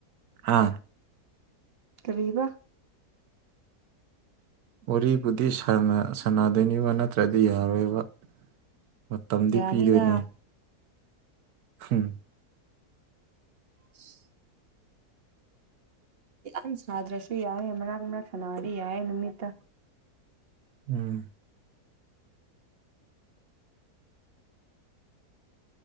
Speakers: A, on the right; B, on the right.
A: ꯍꯥ
B: ꯀꯔꯤꯕ
A: ꯋꯥꯔꯤꯕꯨꯗꯤ ꯁꯥꯟꯅ ꯁꯥꯟꯅꯗꯣꯏꯅꯤꯕ ꯅꯠꯇ꯭ꯔꯗꯤ ꯌꯥꯔꯣꯏꯕ ꯃꯇꯝꯗꯤ
B: ꯌꯥꯅꯤꯗ
A: ꯄꯤꯗꯣꯏꯅꯦ <unintelligible>
B: <unintelligible> ꯌꯥꯝ ꯁꯥꯗ꯭ꯔꯁꯨ ꯌꯥꯏ ꯃꯔꯛ ꯃꯔꯛ ꯁꯥꯟꯅꯔꯗꯤ ꯌꯥꯏ ꯅꯨꯃꯤꯠꯇ
A: ꯎꯝ